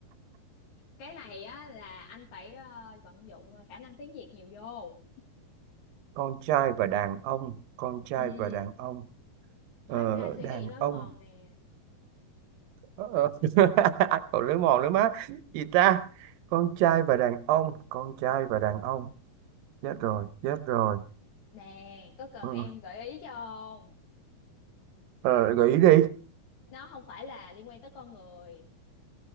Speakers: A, on the left; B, on the right.
A: cái này á là anh phải ờ, vận dụng khả năng tiếng Việt nhiều vô
B: con trai và đàn ông con trai
A: ừ
B: và đàn ông
A: thoát
B: ờ,
A: ra suy
B: đàn
A: nghĩ lối
B: ông
A: mòn nè
B: ờ, <laughs> còn lưỡi mòn nữa má gì ta con trai và đàn ông con trai và đàn ông chết rồi chết
A: Dạ.
B: rồi
A: nè có cần
B: ừ.
A: em gợi ý cho không
B: ờ, gợi ý đi
A: nó không phải là liên quan tới con người